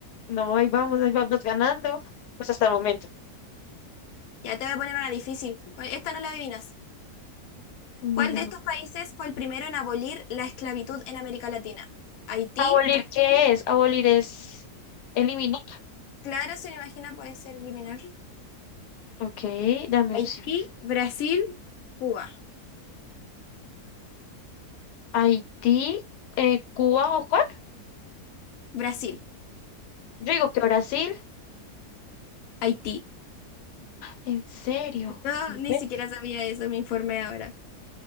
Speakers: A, on the left (about 85°); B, on the left (about 65°).
A: No, ahí vamos, ahí vamos ganando. Pues hasta el momento.
B: Ya te voy a poner una difícil. Con- Esta no la adivinas. ¿Cuál
A: Dímelo.
B: de estos países fue el primero en abolir la esclavitud en América Latina? Haití,
A: ¿Abolir
B: Brasil.
A: qué es? Abolir es eliminar.
B: Claro, se me imagina puede ser eliminar.
A: Ok, dame
B: Haití,
A: opciones.
B: Brasil, Cuba.
A: Haití, eh, Cuba o cuál?
B: Brasil,
A: Yo digo que Brasil.
B: Haití.
A: ¿En serio?
B: Yo
A: ¿Ves?
B: ni siquiera sabía eso, me informé ahora.